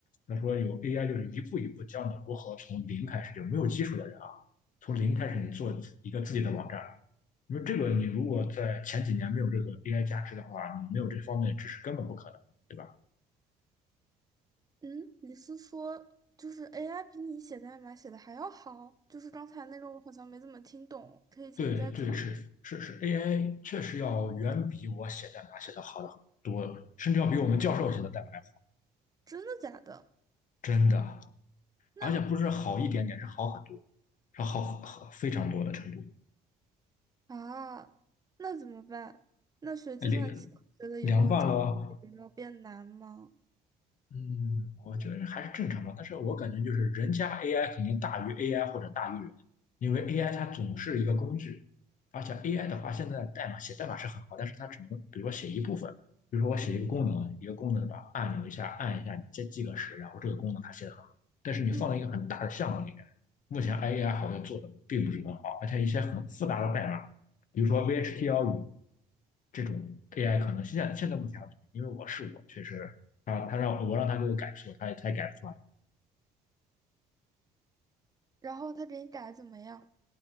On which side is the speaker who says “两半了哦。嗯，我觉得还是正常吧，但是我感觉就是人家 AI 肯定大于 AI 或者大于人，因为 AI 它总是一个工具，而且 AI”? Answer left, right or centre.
Left